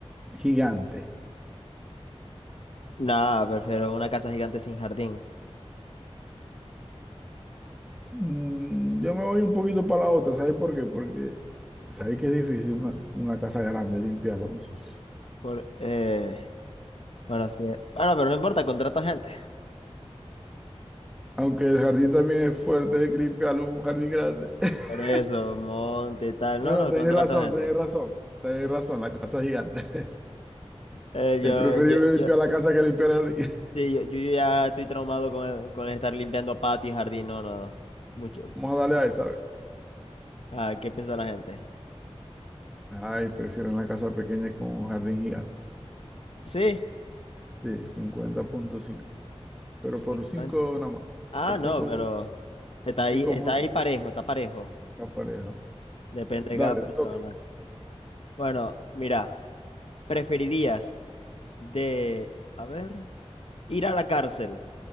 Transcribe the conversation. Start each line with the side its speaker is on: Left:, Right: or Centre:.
Centre: gigante?
Left: Nada, prefiero una casa gigante sin jardín.
Centre: Mm, yo me voy un poquito para la otra, ¿sabes por qué? Porque sabéis que es difícil una, una casa grande limpiarla, muchachos.
Left: Por, eh, bueno, sí, eh, bueno, pero no importa, contrato gente.
Centre: Aunque el jardín también es fuerte, hay que limpiarlo, un jardín grande. <laughs>
Left: Por eso, monte y tal.
Centre: No,
Left: No,
Centre: no,
Left: no,
Centre: tenéis
Left: contrato
Centre: razón,
Left: gente.
Centre: tenéis razón, tenéis razón, la casa es gigante. <laughs>
Left: Eh,
Centre: Es
Left: yo,
Centre: preferible
Left: yo, yo,
Centre: limpiar la casa que limpiar el jardín.
Left: sí, yo, yo ya estoy traumado con, el- con estar limpiando patio y jardín. No, no, no. Mucho.
Centre: <laughs> Vamos a darle a esa, a ver.
Left: Ah, ¿qué piensa la gente?
Centre: Ay, prefiero una casa pequeña con un jardín gigante.
Left: Sí,
Centre: Sí, cincuenta punto cinco, Pero
Left: 50.
Centre: por 5 nada más.
Left: Ah,
Centre: Por 5,
Left: no, pero está ahí,
Centre: 5
Left: está
Centre: puntos
Left: ahí parejo, está parejo.
Centre: la pareja.
Left: Depende
Centre: Dale,
Left: de cada persona.
Centre: te toca.
Left: Bueno, mira, ¿preferirías de, a ver, ir a la cárcel